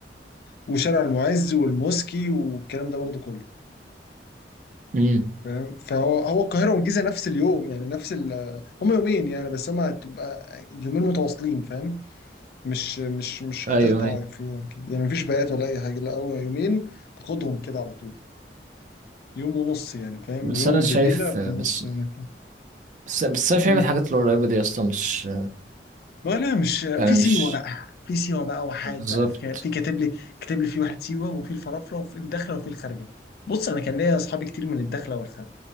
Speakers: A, on the left (about 60°); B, on the right (about 45°).
A: وشارع المعز والموسكي والكلام ده برضو كله
B: امم
A: فاهم فهو هو القاهره والجيزه نفس اليوم يعني نفس ال... هم يومين يعني بس هم هتبقى يومين متواصلين فاهم مش مش مش
B: ايوه
A: هتقطع
B: ايوه
A: في يوم كده يعني مفيش بيات ولا اي حاجه لا هو يومين تاخدهم كده على طول يوم ونص يعني فاهم
B: بس
A: يوم
B: انا شايف
A: بليله
B: بس
A: في النص يوم
B: بس, بس انا شايف
A: كده
B: الحاجات القريبه دي يا اسطى مش
A: ولا مش
B: يعني
A: في
B: مش
A: سيوه بقى في سيوه بقى وحاد
B: بالظبط
A: بقى في في كاتب لي كاتب لي في واحد سيوه وفي الفرافره وفي الدخله وفي الخارجه بص انا كان ليا اصحابي كتير من الدخله والخارجه